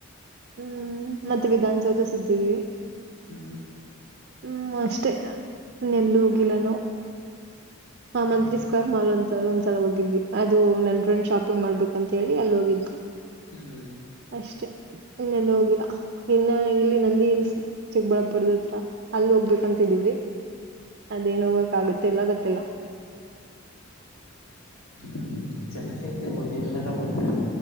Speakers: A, on the right; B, on the left.
A: ಹ್ಮ್ ಮತ್ತೆ ವಿಧಾನಸೌದ ಸುತ್ತಿದ್ದೀವಿ.
B: ಹ್ಮ್
A: ಹ್ಮ್ ಅಷ್ಟೆ ಇನ್ ಎಲ್ಲೊ ಹೋಗಿಲ್ಲಾ ನಾವು ಹಾ ಮಂತ್ರಿ
B: ಹ್ಮ್
A: ಸ್ಕ್ವರ್ ಮಾಲ್ ಅಂತ ಒಂದ್ಸಲ ಹೋಗಿದ್ವಿ. ಅದು ನನ್ ಫ್ರೆಂಡ್ ಶಾಪಿಂಗ್ ಮಾಡ್ಬೇಕ ಅಂತ ಹೇಳಿ ಅಲ್ಲಿ ಹೋಗಿದ್ವಿ. <inaudible>
B: ಹ್ಮ್
A: ಅಷ್ಟೆ ಇನ್ನೆಲ್ಲು ಹೋಗಿಲ್ಲ? ಇನ್ನ ಇಲ್ಲಿ ನಂದಿ ಹಿಲ್ಸ್ ಚಿಕ್ಕಬಳ್ಳಾಪುರದ ಹತ್ರ ಅಲ್ಲಿ ಹೋಗ್ಬೇಕಂತಿದೀವಿ. ಅದೇನ್ ಹೋಗಕ್ ಆಗತ್ತೆ ಇಲ್ಲ ಗೋತ್ತಿಲ್ಲಾ?
B: ಹ್ಮ್ ಚೆನ್ನಾಗೈತೆ ಹೋಗಿ ಎಲ್ಲಾರ ಗೊತ್ತ